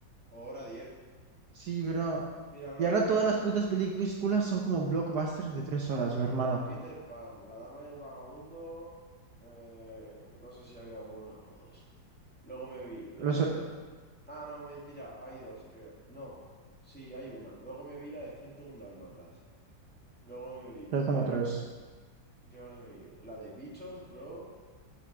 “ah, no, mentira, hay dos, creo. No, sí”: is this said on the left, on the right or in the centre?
Centre